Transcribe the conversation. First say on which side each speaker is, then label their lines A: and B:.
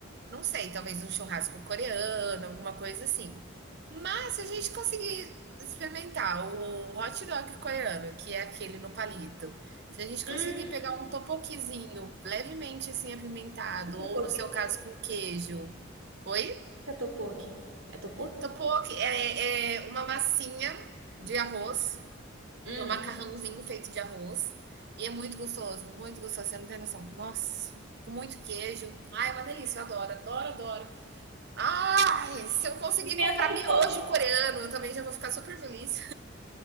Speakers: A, on the right; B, on the right.
A: não sei, talvez um churrasco coreano, alguma coisa assim. Mas se a gente conseguir experimentar o hot dog coreano, que é aquele no palito, se a gente
B: Hum,
A: conseguir pegar um topoquizinho levemente assim apimentado,
B: tipo,
A: ou no seu caso com queijo. Oi?
B: É topoki. É topoki?
A: Topoki é, é uma massinha de arroz,
B: Hum.
A: é um macarrãozinho feito de arroz. E é muito gostoso, muito gostoso, você não tem noção. Nossa, com muito queijo. Ai, é uma delícia, eu adoro, adoro, adoro. Ai, se eu conseguir
B: Pimenta
A: comprar
B: eu
A: miojo
B: gosto.
A: coreano, eu também já vou ficar super feliz.